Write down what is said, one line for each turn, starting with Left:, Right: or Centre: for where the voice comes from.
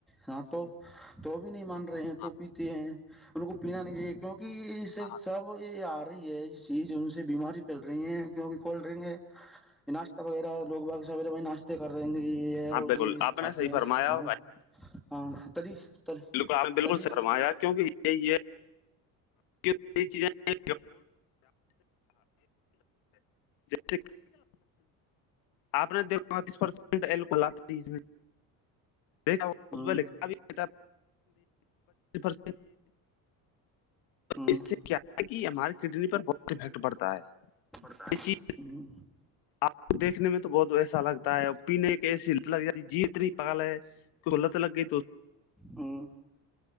Centre: ہاں تو تو بھی نہیں مان رہے ہیں
Left: ہاں
Centre: تو پیتے ہیں ان کو پینا نہیں چاہیے کیوںک سے
Left: ہاں ہاں
Centre: سب یہ آ رہی ہے یہ چیز ان سے بیماری پھیل رہی ہے کیونکہ کولڈ ڈرنک ہے ناشت وغیرہ لو با سو ناشہ ک کر رہیں ہیں گ یہ وہ
Left: بالکل
Centre: جیز
Left: آپ
Centre: کھاتے
Left: نے صحیح
Centre: ہیں
Left: فرمایا
Centre: ہاں ہاں تلی تلی
Left: بالکل آپ نے بالکل
Centre: تلی
Left: سرمایا کیونکہ یہ یہ چزیں جیسے آپ نے دیکھاس پرسینٹ ایل کو لاتا اس دیکھاچیس
Centre: ہوں
Left: پر
Centre: ہوں
Left: اس سے کیا ہے کہ ہماری کڈنی پر بہت افیکٹ پڑتا ہے
Centre: پڑتا
Left: یہ
Centre: ہے
Left: چیز
Centre: ہوں
Left: آپ کو دیکھنے میں تو بہت ایسا لگتا ہے اور پینے کی ایسیت لگ جاتی ہے جی اتنی پال ہے کلت لگی ت
Centre: ہوں